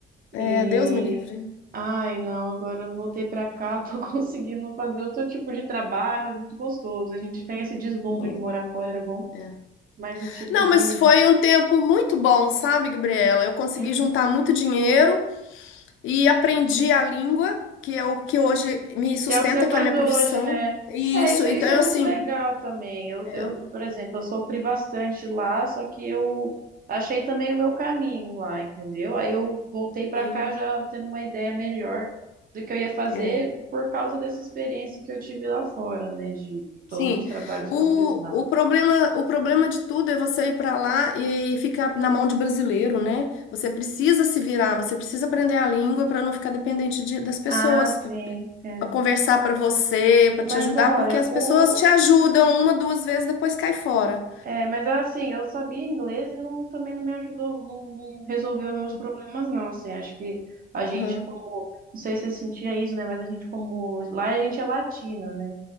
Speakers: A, on the left (about 80°); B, on the right (about 45°).
A: É,
B: e
A: Deus me livre.
B: Ai, não, agora eu voltei pra cá, tô <laughs> conseguindo fazer outro tipo de trabalho, é muito gostoso. A gente tem esse deslumbre
A: Não.
B: que morar fora era bom,
A: É.
B: mas o tipo
A: Não,
B: de.
A: mas foi um tempo muito bom, sabe, Gabriela? Eu consegui
B: Uhum.
A: juntar muito dinheiro e aprendi a língua, que é o que hoje me sustenta,
B: Que é o que você faz
A: que é a minha
B: hoje,
A: profissão.
B: né?
A: E
B: É,
A: isso,
B: isso,
A: então,
B: isso é muito
A: assim,
B: legal também. Eu,
A: é.
B: eu, por exemplo, eu sofri bastante lá, só que eu achei também o meu caminho lá, entendeu? Aí eu voltei pra
A: Sim.
B: cá já tendo uma ideia melhor do que eu ia fazer
A: É.
B: por causa dessa experiência que eu tive lá fora, né? De todos
A: Sim,
B: os trabalhos
A: o,
B: que eu fiz lá.
A: o problema, o problema de tudo é você ir para lá e ficar na mão de brasileiro, né? Você precisa se virar, você precisa aprender a língua para não ficar dependente de- das pessoas,
B: Ah, sim. é.
A: para conversar para você, para
B: Mas
A: te ajudar,
B: olha,
A: porque as pessoas
B: o.
A: te ajudam uma, duas vezes, depois cai fora.
B: É, mas assim, eu sabia inglês e não, também não me ajudou, não, não resolveu meus
A: Hum,
B: problemas, não. Assim, acho que a gente,
A: Aham,
B: como. Não sei se você sentia isso, né? Mas a gente, como. Lá a gente é latina, né?